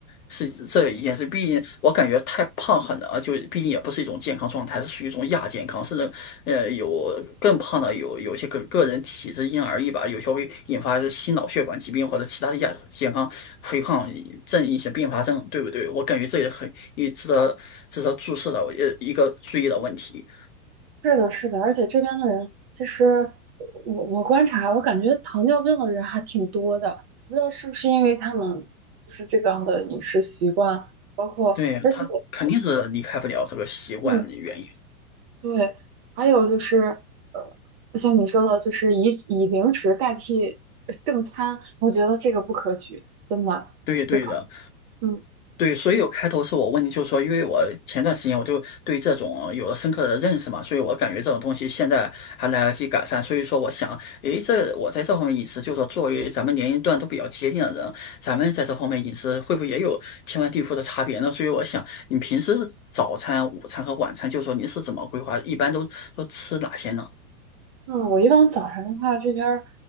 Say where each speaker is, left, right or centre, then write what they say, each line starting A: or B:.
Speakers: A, on the left; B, on the right.
A: 是这一件事。毕竟我感觉太胖很难，就毕竟也不是一种健康状态，是属于一种亚健康，是呃，有更胖的有有些个个人体质因人而异吧，有些会引发心脑血管疾病或者其他的亚健康肥胖症一些并发症，对不对？我感觉这也很也值得值得注视的呃一个注意的问题。
B: 是的，是的，而且这边的人，其实我我观察，我感觉糖尿病的人还挺多的，不知道是不是因为他们就是这样的饮食习惯，包括而且
A: 对，他肯定是离开不了这个习惯的原因。
B: 嗯，对，还有就是呃，像你说的，就是以以零食代替呃正餐，我觉得这个不可取，真的，
A: 对对的。
B: 对吧？嗯。
A: 对，所以有开头是我问你，就是说，因为我前段时间我就对这种有了深刻的认识嘛，所以我感觉这种东西现在还来得及改善，所以说我想，诶，这我在这方面饮食，就是说作为咱们年龄段都比较接近的人，咱们在这方面饮食会不会也有天翻地覆的差别呢？所以我想，你平时早餐、午餐和晚餐，就是说您是怎么规划，一般都都吃哪些呢？
B: 嗯，我一般早晨的话，这边儿，